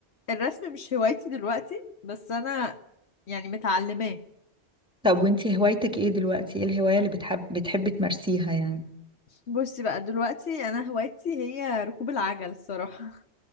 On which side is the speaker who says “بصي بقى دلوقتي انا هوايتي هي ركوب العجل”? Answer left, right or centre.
Left